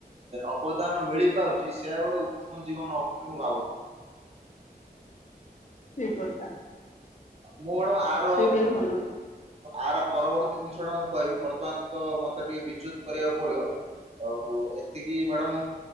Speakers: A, on the right (about 40°); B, on the left (about 45°).
A: ଅବଦାନ ମିଳିପାରୁଛି ସେଆ ଗୋଟେ ଉତ୍ତମ ଜୀବନ ହବ ବୋଲି ମୁଁ ଭାବୁଛି।
B: ଠିକ୍ କଥା।
A: ମୁଁ ମାଡାମ ଆର
B: ସେଇଟା ବି ଭଲ
A: ଆର ପରବର୍ତ୍ତୀ ଜିନିଷଟା ମୁଁ କହିବି ବର୍ତ୍ତମାନ ତ ମତେ ଟିକେ ବିଚ୍ୟୁତ କରିବାକୁ ପଡିବ। ଆଉ ଏ ତିକି ମ୍ୟାଡାମ